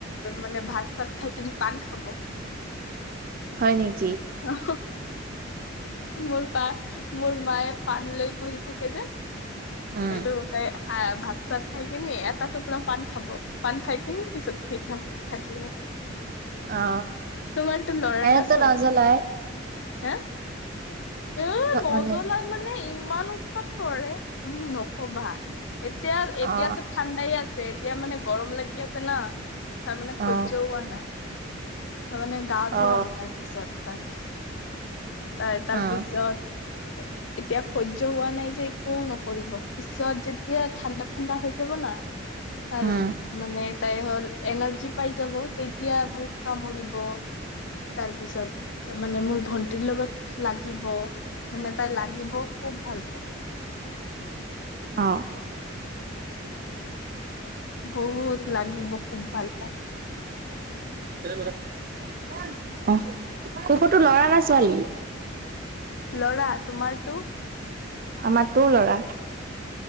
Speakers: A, on the left; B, on the right.
A: মানে ভাত চাত খাই কিনি পান খাব
B: হয় নেকি
A: অ মোৰ পা মোৰ মায়ে পাণ লৈ বহি থাকে যে
B: উম
A: সেইটো তাই আহ ভাত চাত খাই কিনি এটা টুকুৰা পান খাব পান খাইিনি পিছত খু থ থাকিব
B: অ
A: তোমাৰতো ল'ৰা
B: এনেটা
A: না ছোৱালী
B: নাজালাই
A: হা এ নজনাই
B: মানে
A: মানে ই ইমান উৎপাত কৰে ম নকবা এতিয়া এতিয়াতো
B: অ
A: ঠাণ্ডাই আছে এতিয়া মানে গৰম লাগি আছে না তাৰমানে হৈয্য
B: অ
A: হোৱা নাই তাৰ মানে গা ধুৱাম
B: অ
A: তাৰ পিছত তাক ত তাৰপিছত
B: অ
A: এতিয়া সহ্য হোৱা নাই যে একোও নকৰিব পিছত যেতিয়া ঠাণ্ডা ঠাণ্ডা হৈ যাব না ত
B: উম
A: মানে তাই হ'ল এনাৰ্জি পাই যাব তেতিয়া মোক কামুৰি ব তাৰপিছত মানে মোৰ ভ লগত লাগিব মানে তাই লাগিব খুব ভাল পায়
B: অ
A: বহুত লাগিব খুব ভাল পাল
B: <unintelligible> অ কুকুৰতটো লৰা না ছোৱালী
A: লৰা তোমাৰটো
B: আমাৰ তোৰ ল'ৰা